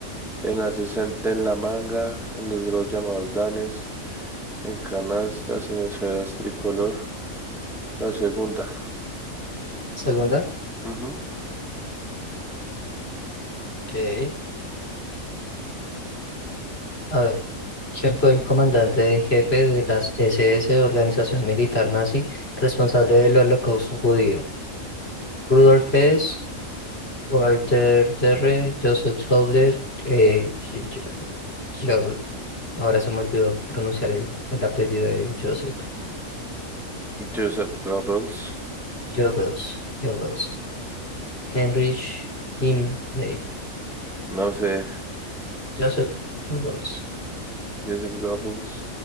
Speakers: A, in the centre; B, on the left.
A: En haces en, en la manga, en los grados llamados danes, en canastas, en esferas tricolor. La segunda.
B: Segunda.
A: Ujú.
B: Ok. A ver. ¿Quién fue el comandante en jefe de las SS, organización militar nazi, responsable del holocausto judío? Rudolf Hess, Walter Terre, Joseph Goebbels, eh, J- J- Goebbels. Ahora se me olvidó pronunciar el, el apellido de Joseph.
A: Joseph Goebbels.
B: Goebbels, Goebbels. Heinrich Himmler.
A: No sé.
B: Joseph Goebbels.
A: Joseph Goebbels,